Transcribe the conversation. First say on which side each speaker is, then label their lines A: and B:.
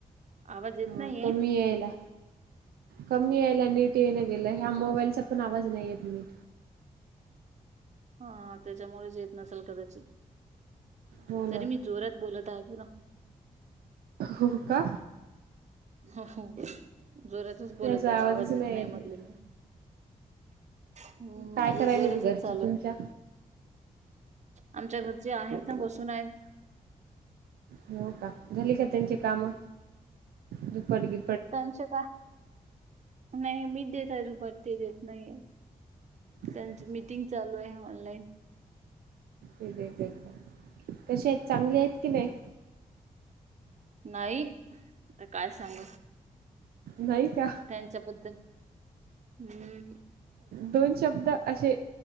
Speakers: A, on the right; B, on the right.
A: आवाज येत
B: ह
A: नाहीये.
B: कमी याला, कमी यायला नीट येन गेलं ह्या
A: अच्छा
B: मोबाईलचा
A: अच्छा
B: पण आवाज नाही येत नीट.
A: हा त्याच्यामुळेच येत नसेल कदाचित.
B: हो
A: तरी
B: ना
A: मी जोरात बोलत आहे पु ना.
B: हो का?
A: हो हो, जोरातच बोलत
B: याचा
A: आहे
B: आवाजच
A: आवाज येत नाही म्हटलं
B: नीट
A: मी. हम्म
B: काय
A: माझा
B: करायलेत
A: जोरतच
B: घरचे
A: चालू
B: तुमच्या
A: आहे. आमच्या घरचे आहेत ना बसून आहेत.
B: हो का? झाली का त्यांची काम दूपरीगी
A: त्यांच काय? नाही मी देत परते देत नाहीये. त्यांची
B: अच्छा
A: मीटिंग चालू आहे ऑनलाईन.
B: कशे आहेत चांगले आहेत की नाही?
A: नाही आता काय सांग,
B: नाही का
A: त्यांच्याबद्दल हम्म
B: दोन शब्द असे